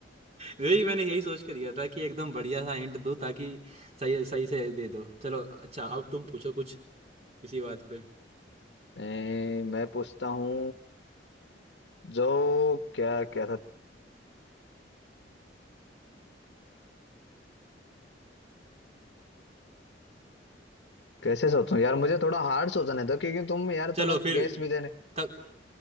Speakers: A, on the right; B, on the left.
A: यही मैंने यही सोच के दिया था कि एकदम बढ़िया सा हिंट दूं ताकि सही सही से दे दो चलो अच्छा अब तुम पूछो कुछ इसी बात पे
B: ए, मैं पूछता हूँ जो क्या क्या था कैसे सोचूं यार मुझे थोड़ा हार्ड सोचने दो क्योंकि तुम यार
A: चलो
B: थोड़ा
A: फिर
B: गैस भी देने
A: तब